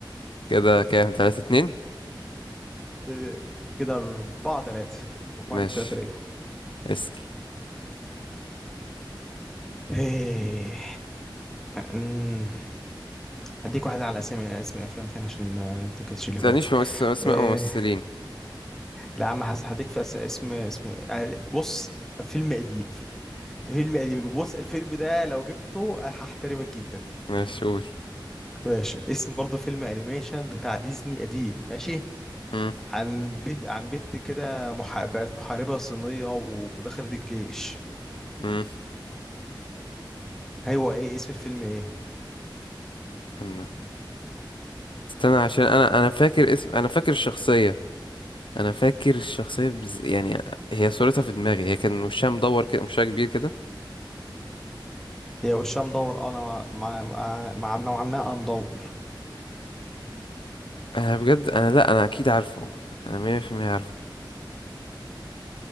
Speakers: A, on the left (about 80°); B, in the centre.
A: كده كام تلاتة اتنين
B: <laughs> كده أربعة تلاتة أربعة
A: ماشي
B: ليك تلاتة ليا
A: اسأل
B: إيه. أمم. هديك واحدة على اسامي اسم أفلام تاني عشان آه، أنت كنتش اللي
A: متسألنيش
B: فات
A: في ممس- اسماء
B: إيه.
A: ممثلين
B: لا يا عم حسن هديك في أس- اسم اسمه إيه؟ آه، بص فيلم قديم فيلم قديم بص الفيلم ده لو جبته آه، هحترمك جدا
A: ماشي قول
B: ماشي اسم برضه فيلم أنيميشن بتاع ديزني قديم ماشي
A: مم،
B: عن بيت عن بنت كده مح... بقت محاربة صينية و- ودخلت الجيش
A: مم.
B: هو ايه اسم الفيلم ايه
A: استنى استنى عشان انا انا فاكر اسم انا فاكر الشخصية انا فاكر الشخصية بز... يعني هي صورتها في دماغي هي كان وشها مدور كده وشها كبير كده
B: هي وشها مدور انا مع مع مع مع نوعا ما انا مدور
A: انا بجد انا لا انا اكيد عارفه انا مية في المية عارفه